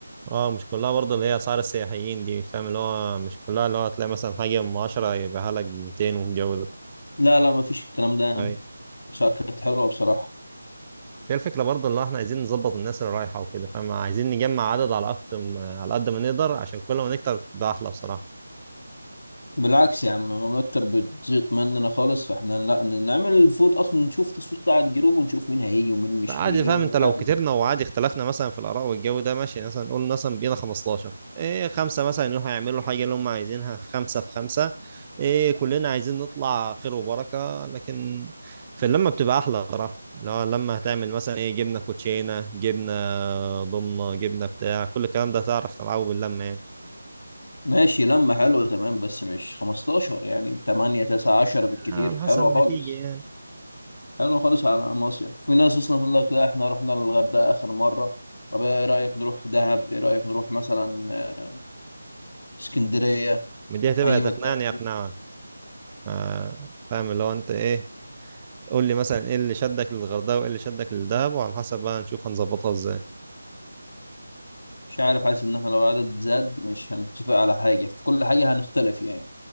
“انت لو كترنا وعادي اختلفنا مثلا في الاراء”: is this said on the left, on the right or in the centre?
Right